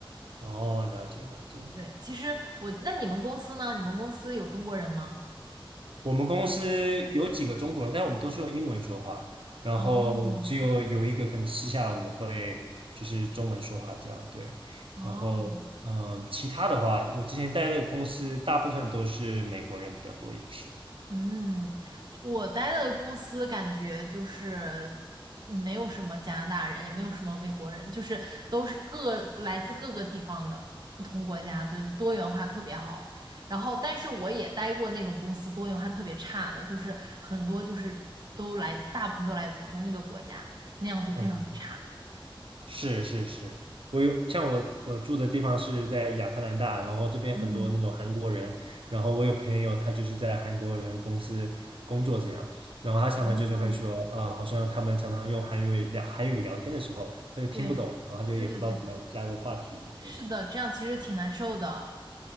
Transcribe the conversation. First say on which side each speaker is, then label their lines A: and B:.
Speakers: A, on the right; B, on the right.
A: 哦，了解了解。
B: 对，其实我，那你们公司呢？你们公司有中国人吗？
A: 我们公司有几个中国人，但是我们都是用英文说话，然后只有有一个可能私下我们会就是中文说话这样，
B: 哦
A: 对。
B: 哦，
A: 然后嗯，其他的话，我之前待的公司大部分都是美国人比较多，也是。
B: 嗯，我待的公司感觉就是嗯没有什么加拿大人，也没有什么美国人，就是都是各来自各个地方的不同国家的，就多元化特别好。然后，但是我也待过那种公司多元化特别差的，就是很多就是都来自，大部分都来自同一个国家，那样就非常的差。
A: 嗯。是是是，我有像我我住的地方是在亚特兰大，然后这边很多那种韩国人，
B: 嗯，
A: 然后我有朋友他就是在韩国人公司工作这样，然后他常常就是会说，
B: 嗯，
A: 呃，好像他们常常用韩语聊韩语聊天的时候，他就听不懂，
B: 对，
A: 然后他就也不知道怎么加入话题，
B: 对对对，是的，
A: 对，
B: 这样其实挺难受的。